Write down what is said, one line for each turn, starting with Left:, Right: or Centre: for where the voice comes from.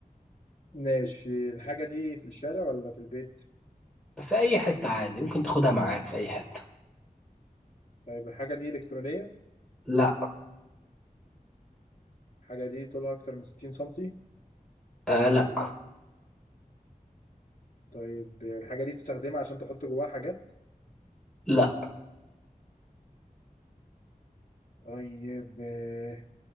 Left: ماشي الحاجة دي في الشارع ولا في البيت؟
Centre: في اي حتة عادي ممكن تاخدها معاك في اي حتة
Left: طيب الحاجة دي إلكترونية؟
Centre: لا
Left: الحاجة دي طولها أكتر من 60 سنتي؟
Centre: آه لا
Left: طيب الحاجة دي تستخدمها عشان تحط جواها حاجات؟
Centre: لا
Left: طيب آه،